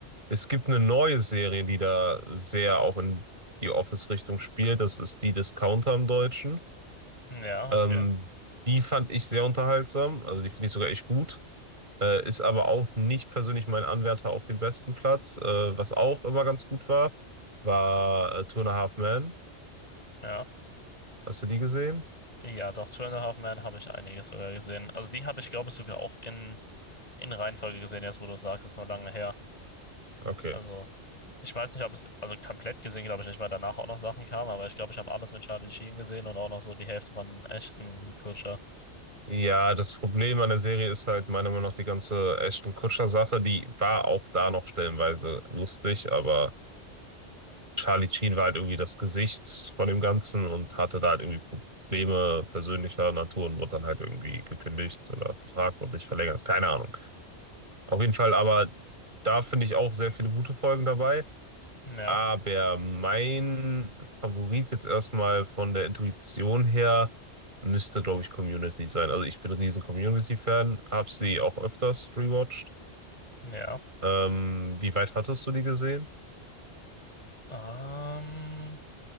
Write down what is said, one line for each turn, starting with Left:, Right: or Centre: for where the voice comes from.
Right: Es gibt eine neue Serie, die da sehr auch in die Office-Richtung spielt. Das ist die Discounter im Deutschen.
Left: ja,
Right: Ähm,
Left: okay.
Right: die fand ich sehr unterhaltsam. Also die finde ich sogar echt gut. Äh, ist aber auch nicht persönlich mein Anwärter auf den besten Platz. Äh, was auch immer ganz gut war, war äh, Two and a Half Men.
Left: Ja.
Right: Hast du die gesehen?
Left: Ja, doch, Two and a Half Men habe ich einiges sogar gesehen. Also die habe ich, glaube ich, sogar auch in, in Reihenfolge gesehen, jetzt wo du sagst, ist nur lange her.
Right: Okay.
Left: Also ich weiß nicht, ob es, also komplett gesehen, glaube ich nicht, weil danach auch noch Sachen kamen, aber ich glaube, ich habe alles mit Charlie Sheen gesehen und auch noch so die Hälfte von Ashton Kutcher.
Right: Ja, das Problem an der Serie ist halt meiner Meinung nach die ganze Ashton Kutscher-Sache. Die war auch da noch stellenweise lustig, aber Charlie Sheen war halt irgendwie das Gesicht von dem Ganzen und hatte da halt irgendwie Probleme persönlicher Natur und wurde dann halt irgendwie gekündigt oder Vertrag wurde nicht verlängert. Keine Ahnung. Auf jeden Fall aber da finde ich auch sehr viele gute Folgen dabei.
Left: Ja,
Right: Aber mein Favorit jetzt erstmal von der Intuition her müsste, glaube ich, Community sein. Also ich bin ein riesen Community-Fan, habe sie auch öfters rewatcht.
Left: ja.
Right: Ähm, wie weit hattest du die gesehen?
Left: Ähm,